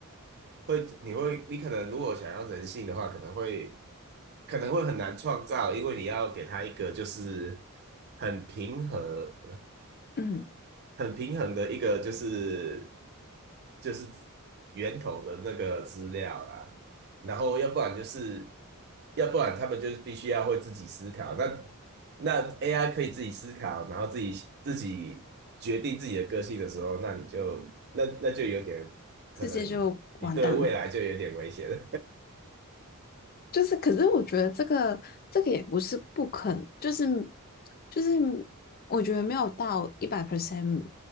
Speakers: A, on the right (about 50°); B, on the left (about 40°).
A: 会，你会你可能如果想要人性的话，可能会可能会很难创造，因为你要给他一个就是很平和，
B: 嗯，
A: 很平衡的一个就是就是源头的那个资料啦，然后要不然就是要不然他们就是必须要会自己思考，那那 AI 可以自己思考，然后自己自己决定自己的个性的时候，那你就那那就有点可能你对未来就有点危险了，
B: 世界就完蛋了。就是，可是我觉得这个这个也不是不可能，就是就是，我觉得没有到一百 percent